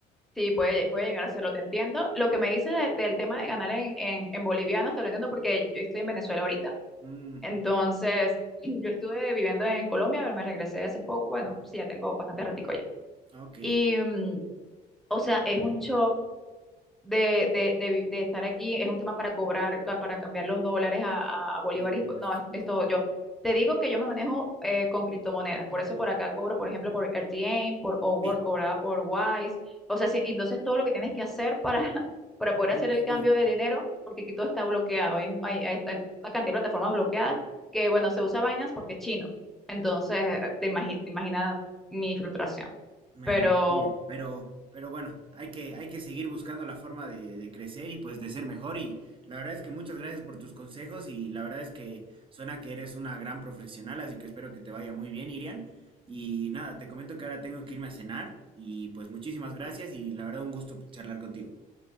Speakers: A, in the centre; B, on the right.
A: Sí, puede, puede llegar a hacerlo. te entiendo. Lo que me dices de- del tema de ganar en, en, en bolivianos, te lo entiendo porque yo estoy en Venezuela ahorita.
B: Mm.
A: Entonces, <clears throat> yo estuve viviendo en Colombia, pero me regresé hace poco, bueno, sí, ya tengo bastante ratico ya.
B: Ah, Ok, me
A: Y mm, O sea, es un shock de, de, de, vi- de estar aquí, es un tema para cobrar, ca- para cambiar los dólares a, a bolívares.
B: imagino.
A: y po- No, es, es todo yo. Te digo que yo me manejo eh, con criptomonedas, por eso por acá cobro, por ejemplo, por RTM, por Upwork,
B: Sí,
A: cobraba por Wise. O sea, sí, y entonces todo lo que tienes que hacer para, <laughs> para poder
B: sí,
A: hacer el
B: sí.
A: cambio de dinero, porque aquí todo está bloqueado, hay, hay- hay esta- una cantidad de plataformas bloqueadas que, bueno, se usa Binance porque es chino. Entonces,
B: Ah,
A: eh,
B: no,
A: te imagi- te imaginas mi frustración.
B: Me
A: Pero
B: imagino. Pero, pero bueno, hay que, hay que seguir buscando la forma de, de crecer y pues de ser mejor. Y la verdad es que muchas gracias por tus consejos y la verdad es que suena que eres una gran profesional, así que espero que te vaya muy bien, Irian. Y nada, te comento que ahora tengo que irme a cenar y pues muchísimas gracias y la verdad un gusto charlar contigo.